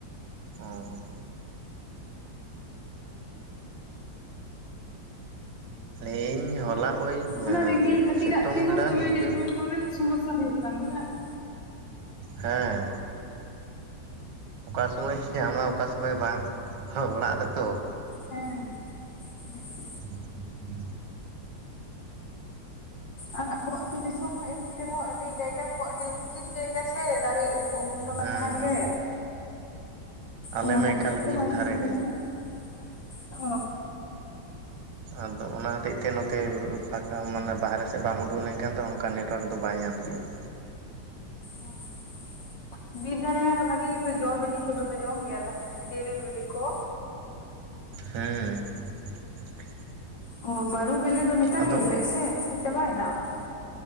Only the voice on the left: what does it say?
ᱚᱱᱟ ᱨᱤᱢᱤᱞ ᱠᱷᱟᱹᱛᱤᱨᱟᱜ
ᱛᱮᱦᱚᱸ
ᱫᱚᱢᱮ
ᱱᱮᱴᱣᱟᱨᱠ ᱠᱚᱨᱮᱱᱟᱜ ᱥᱚᱢᱚᱥᱥᱟ ᱦᱩᱭᱩᱜ ᱠᱟᱱ ᱜᱮᱭᱟ ᱾
ᱦᱮᱸ ᱦᱩᱸ
ᱟᱨ ᱟᱵᱚᱟᱜ ᱟᱹᱛᱩ ᱫᱤᱥᱚᱢ ᱢᱟ ᱮᱢᱱᱤ ᱛᱮ ᱨᱮᱦᱚᱸ ᱟᱹᱰᱤ ᱡᱟᱭᱜᱟ ᱠᱚ ᱟᱹᱰᱤ ᱠᱩᱪᱤᱛ ᱡᱟᱭᱜᱟ ᱥᱮ ᱫᱟᱨᱮ ᱠᱚ ᱫᱚᱢᱮ
ᱛᱟᱦᱮᱱ
ᱜᱮ
ᱚᱱᱟ
ᱠᱷᱟᱹᱛᱤᱨᱟᱜ
ᱛᱮ ᱵᱟᱭ
ᱧᱟᱢ
ᱜᱮᱭᱟ ᱾ ᱚ
ᱚ ᱵᱤᱨ ᱫᱟᱨᱮᱭᱟᱱᱟ ᱵᱷᱟᱜᱤ ᱜᱮᱛᱚ ᱡᱚ ᱵᱤᱞᱤ ᱠᱚᱫᱚᱯᱮ ᱡᱚᱢ ᱜᱮᱭᱟ ᱛᱟᱦᱚᱞᱮ ᱛᱮᱨᱮᱞ ᱵᱤᱞᱤ ᱠᱚ
ᱚ ᱵᱟᱹᱨᱩ ᱵᱤᱞᱤ ᱫᱚ ᱱᱮᱛᱟᱨ
ᱜᱮ ᱵᱤᱞᱤᱜ ᱟᱥᱮ ᱥᱮ ᱪᱟᱵᱟᱭᱱᱟ ᱚᱱᱟ ᱫᱚ